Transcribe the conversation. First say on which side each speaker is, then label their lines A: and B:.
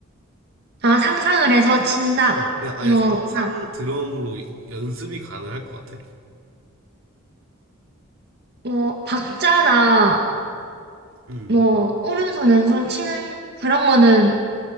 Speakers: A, on the right; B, on the right.
A: 아, 상상을 해서 친다.
B: 어, 그냥 아예
A: 이거,
B: 상상
A: 그냥,
B: 드럼으로 이- 연습이 가능할 것 같아.
A: 뭐, 박자나,
B: 음,
A: 뭐 오른손 왼손 치는 그런 거는